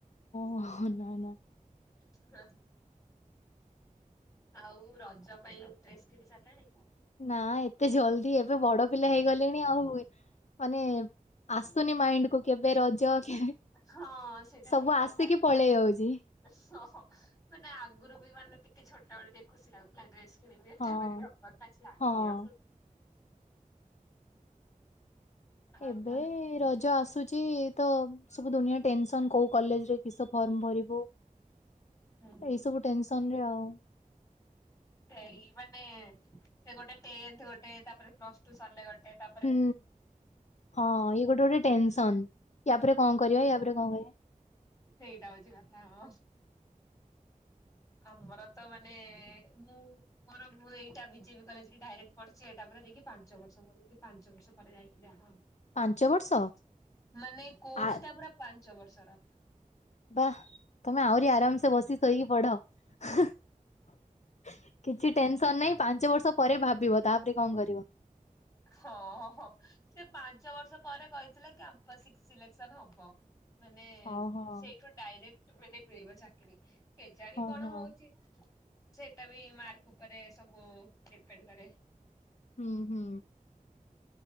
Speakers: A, on the left (about 55°); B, on the left (about 25°).
A: ଓହୋ ନାଁ ନାଁ।
B: <unintelligible> ଆଉ ରଜ ପାଇଁ ଡ୍ରେସ କିଣି ସାରିଲାଣି?
A: ନା ଏତେ ଜଲଦି ଏବେ ବଡ ପିଲା ହେଇଗଲେଣି ଆଉ। ମାନେ ଆସୁନି ମାଇଣ୍ଡ କୁ କେବେ ରଜ କେବେ?
B: ହଁ ସେଇଟା
A: ସବୁ
B: ଠିକ
A: ଆସିକି
B: କଥା।
A: ପଳେଇ ଯାଉଛି।
B: ସହ ମାନେ ଆଗରୁ ବି ମାନେ ଟିକେ ଛୋଟ ବେଳେ ଟିକେ ଖୁସି ଲାଗୁଥିଲା ଡ୍ରେସ୍ ମ ବି ଏଟା
A: ହଁ।
B: <unintelligible> ଲାଗୁନି
A: ହଁ
B: ଆଉ
A: ଏବେ
B: ବା
A: ରଜ ଆସୁଛି। ତ ସବୁ ଦୁନିଆ ଟେନସନ କୋଉ କଲେଜରେ କିସ ଫର୍ମ ଭରିବୁ।
B: ହୁଁ।
A: ଏଇ ସବୁ ଟେନସନ ରେ ଆଉ।
B: ସେଇ ମାନେ ସେ ଗୋଟେ ଟେନଥ୍ ଗୋଟେ ତାପରେ ପ୍ଲସଟୁ ସରିଲେ ଗୋଟେ ତାପ୍
A: ହୁଁ ହଁ ଇଏ ଗୋଟେ ଗୋଟେ ଟେନସନ୍ ୟା ପରେ କଣ କରିବା ୟାପରେ କଣ କରିଆ
B: ସେଇଟା ହୋଉଚି କଥା ପ୍ଲସ୍ ଆମର ତ ମାନେ ମୁଁ ମୋର ମୁଁ ଏଇଟା ବିଜେବି କଲେଜକି ଡାଇରେକ୍ଟ ପଢିଚି ଏଇଟା ପରେ ଯାଇକି ପାଞ୍ଚ ବର୍ଷ ମୋର ଯାଇକି ପାଞ୍ଚ ବର୍ଷ ପରେ ଯାଇକି ଯାହା ଆଉ
A: ପାଞ୍ଚ ବର୍ଷ
B: ମାନେ କୋର୍ସଟା
A: ଆ
B: ପୁରା ପାଞ୍ଚ ବର୍ଷର।
A: ବା ତମେ ଆହୁରି ଆରାମସେ ବସି ଶୋଇକି ପଢ। କିଛି ଟେନସ ସନ୍ ନାଇଁ ପାଞ୍ଚ ବର୍ଷ ପରେ ଭାବିବ ତାପରେ କଣ କରିବ।
B: ହଁଅ ହଁ କିଏ ପାଞ୍ଚ ବର୍ଷ ପରେ କହିଥିଲେ କ୍ୟାମ୍ପସ ସିକ୍ ସିଲେକ୍ସନ ହବ। ମାନେ
A: ହଁ ହଁ।
B: ସେଇଠୁ ଡାଇରେକ୍ଟ ମାନେ ମିଳିବ ଚାକିରି। କେଜାଣି
A: ହଁ
B: କଣ
A: ହଁ
B: ହୋଉଚି ସେଟା ବି ମାର୍କ ଉପରେ ସବୁ ଡିପେଣ୍ଡ କରେ।
A: ଉଁହୁଁ।